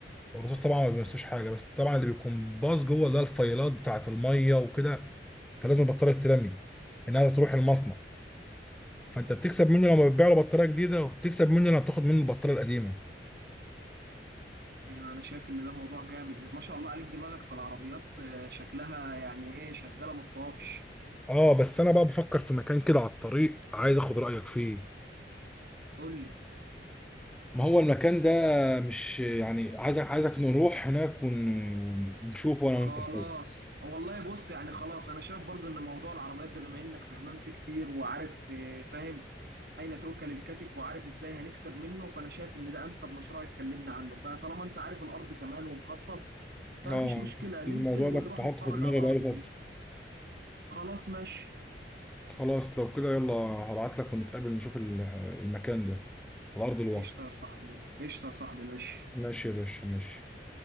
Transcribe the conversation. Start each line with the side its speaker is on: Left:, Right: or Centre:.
Centre: الرصاص طبعا ما بيمسوش حاجه بس طبعا اللي بيكون باظ جوه اللي هي الفيلات بتاعه الميه وكده فلازم البطاريه تترمي انها تروح المصنع فانت بتكسب مني لما بتبيع له بطاريه جديده وبتكسب مني لما بتاخد مني البطاريه القديمه
Right: يعني انا شايف ان ده موضوع جامد ما شاء الله عليك دماغك في العربيات آه، شكلها يعني ايه شغاله ما بتقفش
Centre: اه بس انا بقى بفكر في مكان كده على الطريق عايز اخد رايك فيه
Right: قول لي
Centre: ما هو المكان ده مش يعني عايزك عايزك نروح هناك ون... ونشوفه
Right: خلاص
Centre: انا وانت سوا
Right: والله بص يعني خلاص انا شايف برضو ان موضوع العربيات ده بما انك فهمان فيه كتير وعارف آه، فاهم اين تؤكل الكتف وعارف ازاي هنكسب منه فانا شايف ان ده انسب مشروع اتكلمنا عنه فطالما انت عارف الارض كمان ومخطط فمفيش
Centre: اه
Right: مشكلة ننزل
Centre: الموضوع
Right: ونروح
Centre: ده كنت حاطه
Right: نتفرج
Centre: في دماغي
Right: على الارض
Centre: بقالي
Right: دي
Centre: فتره
Right: خلاص ماشي
Centre: خلاص لو كده يلا هبعت لك ونتقابل نشوف ال- المكان ده على ارض الواقع
Right: قشطة يا صاحبي قشطة يا صاحبي ماشي
Centre: ماشي يا باشا ماشي